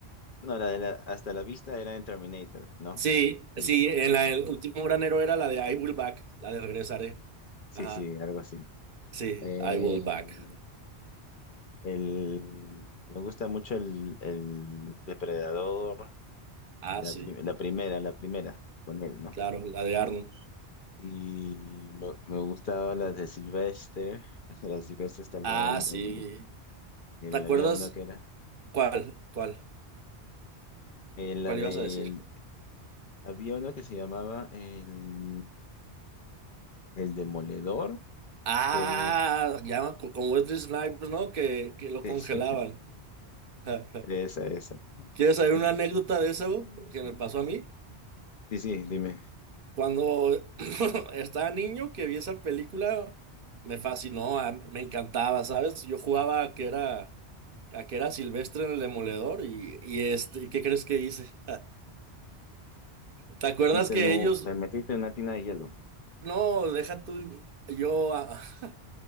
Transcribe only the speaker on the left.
No, la de la- hasta la vista era en Terminator, ¿no?
Y,
sí,
sí, algo así.
Eh,
el, me gusta mucho el, el Depredador,
la,
pri- la primera, la primera, con él, ¿no?
Y me, me gustaba la de Sylvester, <laughs> la de Sylvester Stallone,
el, el-
había uno que era,
eh, la
del,
había uno que se llamaba el, el Demoledor,
que...
Sí,
sí.
Esa, esa.
Y-
Mm.
Sí, sí, dime.
Metiste
en un-
te metiste en una tina de hielo.